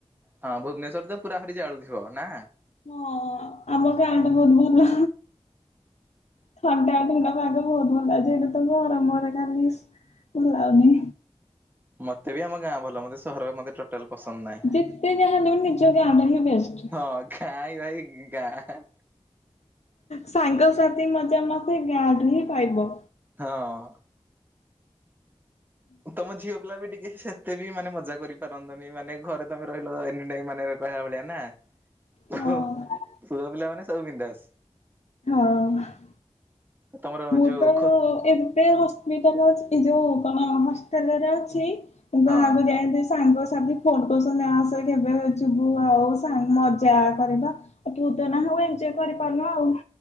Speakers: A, on the right (about 15°); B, on the left (about 80°).
A: ହଁ ଭୁବନେଶ୍ୱର ତ ପୁରାପରି ଜାଳୁଥିବ ନା।
B: ହଁ ଆମ ଗାଁଟା ବହୁତ ଭଲ ଥଣ୍ଡା ଥଣ୍ଡା ପାଗ। ବହୁତ ଭଲଅଛି ଏଇଠୁ ତ ମର ମର କାଲିସ୍ ଭଲ ଲାଗୁନି।
A: ମତେ ବି ଆମ ଗାଁ ଭଲ, ମତେ ସହରରେ ମତେ ଟୋ ଟୋଟାଲ୍ ପସନ୍ଦ ନାଇଁ
B: ଯେତେ ଯାହା ହେଲେ ବି ନିଜ ଗାଁ ଟା ହିଁ ବେଷ୍ଟ।
A: ହଁ କାଇଁ ଭାଇ ଗାଁ।
B: ସାଙ୍ଗସାଥି ମଜା ମସ୍ତି ଗାଁଠୁ ହିଁ ପାଇବ।
A: ହଁ। ତମ ଝିଅ ପିଲା ବି ଟିକେ ସେତେ ବି ମାନେ ମଜା କରିପାରନ୍ତନି ମାନେ ଘରେ ତମେ ରହିଲ ଏନି ଟାଇମ୍ ମାନେ କହିବା ଭଳିଆ ନା
B: ହଁ
A: ପୁଅ ପିଲାମାନେ ସବୁ ବିନ୍ଦାସ।
B: ହଁ।
A: ତମର
B: ମୁଁ
A: ଯୋଉ
B: ତ
A: ଖୋ
B: ଏବେ ହସ୍ପିଟାଲ୍ ଅଛି ଏଇ ଯୋଉ କଣ ହଷ୍ଟେଲ୍ ରେ ଅଛି ଗାଁକୁ
A: ହଁ
B: ଯାଆନ୍ତି ସାଙ୍ଗ ସାଥି ଫୋନ୍ କରୁଛନ୍ତି ଆସେ କେବେ ଯିବୁ ଆଉ ସାଙ୍ଗ ମଜା କରିବା। ଆଉ ତୁ ତ ନାହୁଁ ଏଞ୍ଜୟ କରିପାରୁନୁ ଆଉ।